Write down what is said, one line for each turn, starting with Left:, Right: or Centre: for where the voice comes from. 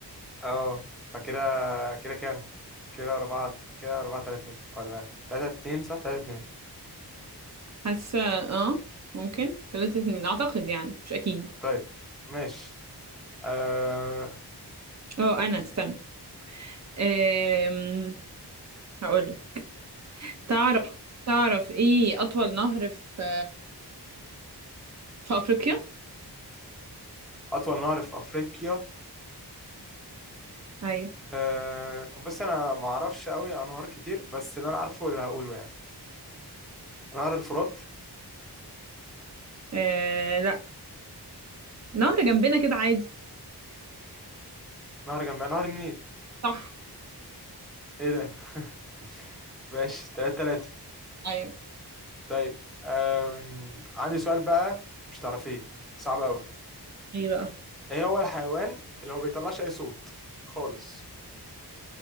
Centre: اه فكده كده كام كده أربعة كده أربعة تلاتة ولا تلاتة اتنين صح تلاتة اتنين
Right: حاسة آه ممكن تلاتة اتنين أعتقد يعني مش أكيد
Centre: طيب ماشي آه...
Right: اه أنا استنى أم... هقولك تعرف تعرف إيه أطول نهر في في أفريقيا؟
Centre: اطول نهر في افريقيا
Right: ايوه
Centre: أه بس انا ما اعرفش قوي عن نهار كتير بس اللي انا عارفه اللي هقوله يعني نهر الفرات
Right: آه لا نهر جنبنا كده عادي
Centre: نهر جنب نهر النيل
Right: صح
Centre: ايه ده <laughs> ماشي تلاتة تلاتة
Right: ايوه
Centre: طيب أم... عندي سؤال بقى مش تعرفيه صعب قوي
Right: ايه بقى
Centre: ايه هو الحيوان اللي ما بيطلعش اي صوت خالص